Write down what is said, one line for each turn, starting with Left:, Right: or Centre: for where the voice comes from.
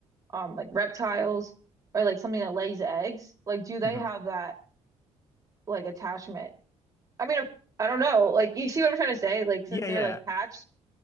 Right: um like reptiles or like something that lays eggs, like do they
Left: hmm
Right: have that like attachment? I mean, I don't know. Like, you see what I'm trying to say? Like, since
Left: Yeah,
Right: they're
Left: yeah.
Right: like hatched